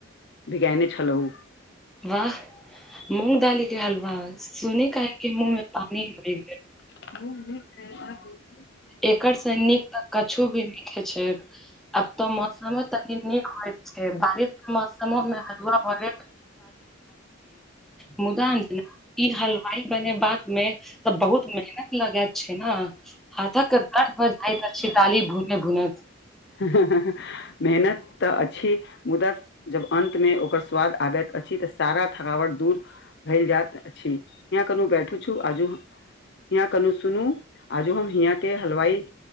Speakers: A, on the left; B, in the centre.
A: बिगेने छलहु।
B: वाह मूँग दाली के हलवा सुनी काके मुह में पानी पड़।
A: <unintelligible>
B: एकरसँ नीक तऽ कछु भी नैखे छैक। आब तऽ मौसमो तनी नीक होय छैय बारिश के मौसम <unintelligible> मुदा ई हलवाई बनेबाक मे तऽ बहुत मेहनत लगैत छैय ने। हाथक के दर्द हो जाय छि दाली भुने भुनैत।
A: ह ह ही मेहनत तऽ अछि मुदा जब अन्तमे ओकर स्वाद आबैत अछि तऽ सारा थकावट दूर भइ जायत अछि, यहां कनी बैठू छु आजु हिय कनू सुनू आजो हम हिय के हलवाई